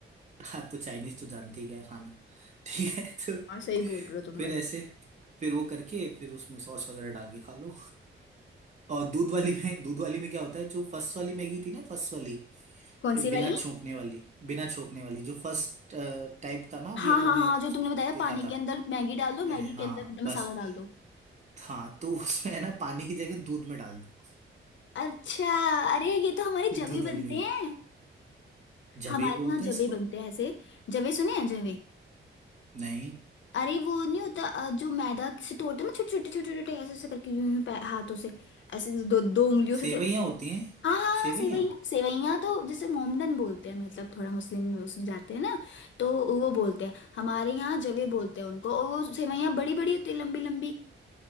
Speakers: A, on the right; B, on the left.
A: हाँ तो चाइनीज तो जानते ही क्या है खाना ठीक है तो
B: हाँ सही बोल रहे हो तुम
A: फिर
B: बस
A: ऐसे फिर वो करके फिर उसमें सॉस वगैरह डाल के खा लो और दूध वाली में दूध वाली में क्या होता है जो फर्स्ट वाली मैगी थी ना फर्स्ट वाली
B: कौन
A: ए, बिना
B: सी वाली
A: छोंकने वाली बिना छोंकने वाली जो फर्स्ट टाइप था ना अभी
B: हाँ
A: अपन
B: हाँ
A: ने
B: हाँ जो तुमने बताया
A: देखा
B: पानी
A: था
B: के अंदर मैगी डाल दो मैगी
A: पहले हाँ
B: के अंदर
A: बस
B: मसाला डाल दो
A: हाँ तो उसमें है ना पानी की जगह दूध में डाल दो
B: अच्छा अरे ये तो हमारे जवे
A: दूध
B: बनते
A: वाली में गिर
B: हैं
A: जबे
B: हमारे
A: बोलते
B: यहाँ जवे
A: हैं इसको
B: बनते हैं ऐसे जवे सुने हैं जवे
A: नहीं
B: अरे वो नहीं होता अ, जो मैदा से तोड़ते हैं ना छोटे छोटे छोटे छोटे ऐसे ऐसे करके यूं यूं पै- हाथों से ऐसे दो दो उंगलियों से
A: सेवइयां
B: से-
A: होती हैं
B: हाँ हाँ
A: सेवइयां
B: हाँ, सेवइयाँ सेवइयाँ तो जैसे मोमडन बोलते हैं मतलब थोड़ा मुस्लिम में उसमें जाते हैं ना तो वो बोलते हैं हमारे यहाँ जवे बोलते हैं उनको और वो सेवइयाँ बड़ी बड़ी होती है लंबी लंबी